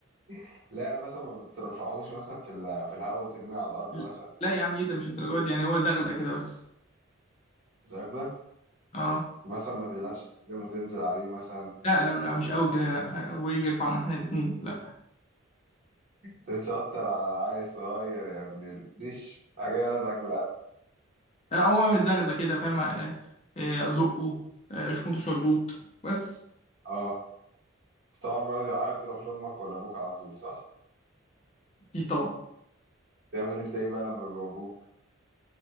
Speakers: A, on the right; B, on the left.
A: <laughs> لا مثلا ما بترفعهوش مثلا في ال- في الهواء وترميه على الأرض
B: <laughs>
A: مثلا
B: لا يا عم ايه ده مش الدرجات دي يعني هو زغده كده بس
A: مش عارف ده
B: اه
A: مثلا ما تقلعش قدامه وتنزل عليه مثلا
B: لا لا لا مش قوي كده لا ابويا يجي يرفعنا احنا الاثنين لا
A: تتشطر على العيل الصغير يا ابن الدش راح جاي لازعك بالقلب
B: آه، هو الزغده كده فاهم آه، آه، ازقه آه، اشمطه شلوط بس
A: اه طبعا بيقعد يعيط يروح لامك ولا ابوك على طول صح
B: دي طبعا
A: تعمل انت ايه بقى لما بيواجهوك